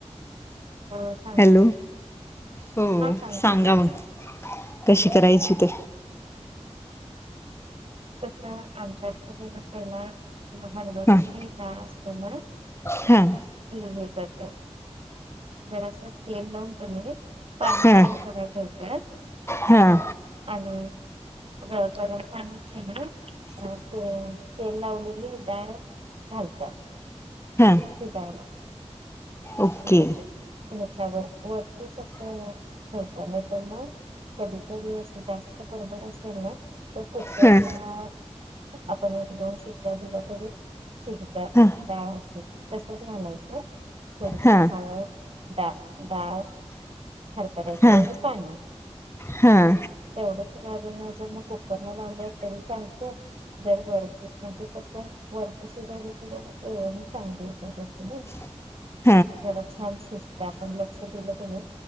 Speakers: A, on the right; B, on the left.
A: हो सांगतो
B: हॅलो
A: की
B: हो
A: हा सांगतो
B: सांगा
A: की
B: मग. कशी करायची ते.
A: कस आमच्यातरी त्याला हरबऱ्याची
B: हा
A: डाळ असते ना.
B: हां
A: हे हे करतो जरास तेल लाऊन कनई पाणी
B: हां
A: गरम कराय ठेवत्यात
B: हां
A: आणि गरम पाण्यात कीने तेल लावलेली डाळ. घालत्यात.
B: हां
A: शिजायला.
B: ओके
A: म तेच्यावर वरतीचं असं ठेवत्या नाही तर म कधी तरी असं जास्त गडबड असली ना तर कुकरला
B: हां
A: आपण एक दोन शिट्टया दिल्या तरी शिजतंय
B: हां
A: डाळ आशीच तसचं घालायचं. थोडीशी
B: हां
A: हळद डा डाळ. हरभरया
B: हां
A: ची आणि पाणी
B: हां
A: तेवढच घालून. च कूकर ला लावल तरी चालतय जर वरती म्हणजे कसं वरती शिजवली. <unintelligible>
B: <unintelligible>
A: जरा छान शिजत्या आपण लक्ष दिलं कने